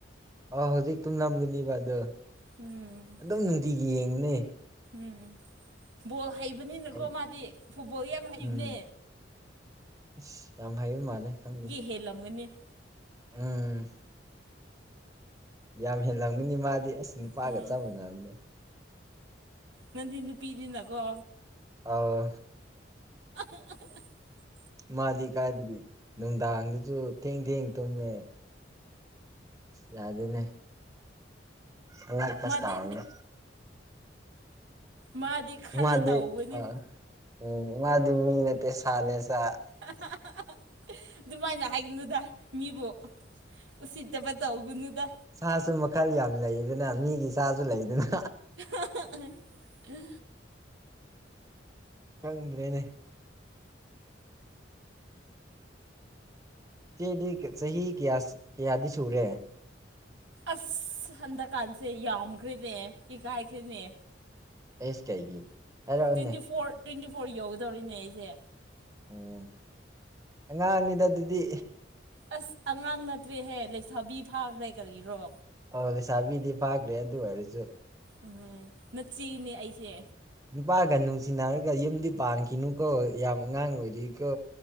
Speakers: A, on the right; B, on the right.
A: ꯑꯥ ꯍꯧꯖꯤꯛ ꯇꯨꯝ ꯅꯝꯒꯅꯦꯕ ꯑꯗꯣ
B: ꯎꯝ
A: ꯑꯗꯨꯝ ꯅꯨꯡꯇꯤꯒꯤ ꯌꯦꯡꯉꯨꯅꯦ
B: ꯎꯝ ꯕꯣꯜ ꯍꯩꯕꯅꯤꯅꯀꯣ
A: ꯑꯩ
B: ꯃꯥꯗꯤ ꯐꯨꯠꯕꯣꯜ ꯌꯥꯝ ꯍꯩꯕꯅꯦ
A: ꯎꯝ ꯑꯁ ꯌꯥꯝ ꯍꯥꯏꯕ ꯃꯥꯥꯟꯂ ꯈꯪꯗꯦ
B: ꯍꯦꯜꯂꯝꯒꯅꯤꯅꯦ
A: ꯎꯝ ꯌꯥꯝ ꯍꯦꯜꯂꯝꯒꯅꯤ ꯃꯥꯗꯤ ꯑꯁ ꯅꯨꯄꯥꯒ
B: ꯎꯝ
A: ꯆꯞ ꯃꯥꯟꯅꯕꯅꯦ
B: ꯅꯪꯗꯤ ꯅꯨꯄꯤꯅꯤꯅꯀꯣ
A: ꯑꯥꯎ
B: ꯍꯥ
A: ꯃꯥꯗꯤ ꯀꯥꯏꯗꯒꯤ ꯅꯨꯡꯗꯥꯡꯗꯁꯨ ꯊꯦꯡ ꯊꯦꯡ ꯇꯨꯝꯃꯦ ꯌꯥꯗꯦꯅꯦ ꯑꯉꯛꯄꯁ
B: ꯃꯥꯗꯤ
A: ꯇꯥꯕꯅꯦ
B: ꯃꯥꯗꯤ ꯈꯔ
A: ꯃꯥꯗꯤ
B: ꯇꯧꯕꯅꯦ
A: ꯑ ꯎꯝ ꯃꯥꯗꯤ ꯃꯤ ꯅꯠꯇꯦ ꯁꯥꯅꯦꯁ
B: ꯍꯥ ꯍꯥ ꯍꯥ ꯑꯗꯨꯃꯥꯏꯅ ꯍꯥꯏꯒꯅꯨꯗ ꯃꯤꯕꯨ ꯎꯁꯤꯠꯇꯕ ꯇꯧꯒꯅꯨꯗ
A: ꯁꯥꯁꯨ ꯃꯈꯜ ꯌꯥꯝ ꯂꯩꯗꯅ ꯃꯤꯒꯤ ꯁꯥꯁꯨ ꯂꯩꯗꯅ
B: ꯍꯥ ꯍꯥ
A: ꯆꯪꯗ꯭ꯔꯦꯅꯦ ꯆꯦꯗꯤ ꯆꯍꯤ ꯀꯌꯥ ꯀꯌꯥꯗꯤ ꯁꯨꯔꯦ
B: ꯑꯁ ꯍꯟꯗꯛꯀꯥꯟꯁꯦ ꯌꯥꯝꯈ꯭ꯔꯦꯅꯦ ꯏꯒꯥꯏꯈ꯭ꯔꯦꯅꯦ
A: ꯑꯦꯁꯤ ꯀꯩꯒꯤ ꯍꯥꯏꯔꯛꯑꯣꯅꯦ
B: ꯇ꯭ꯋꯦꯟꯇꯤ ꯐꯣꯔ ꯇ꯭ꯋꯦꯟꯇꯤ ꯐꯣꯔ ꯌꯧꯒꯗꯧꯔꯤꯅꯦ ꯑꯩꯁꯦ
A: ꯎꯝ ꯑꯉꯥꯡꯅꯤꯗ ꯑꯗꯨꯗꯤ
B: ꯑꯁ ꯑꯉꯥꯡ ꯅꯠꯇ꯭ꯔꯦꯍꯦ ꯂꯩꯁꯥꯕꯤ ꯐꯥꯈ꯭ꯔꯦ ꯀꯔꯤꯔꯣ
A: ꯑ ꯂꯩꯁꯥꯕꯤꯗꯤ ꯐꯥꯈ꯭ꯔꯦ ꯑꯗꯨ ꯑꯣꯏꯔꯁꯨ
B: ꯑꯝ ꯅꯠꯆꯤꯅꯦ ꯑꯩꯁꯦ
A: ꯅꯨꯄꯥꯒ ꯅꯨꯡꯁꯤꯅꯔꯒ ꯌꯨꯝꯗꯤ ꯄꯥꯟꯈꯤꯅꯨꯀꯣ ꯌꯥꯝ ꯑꯉꯥꯡ ꯑꯣꯏꯔꯤꯀꯣ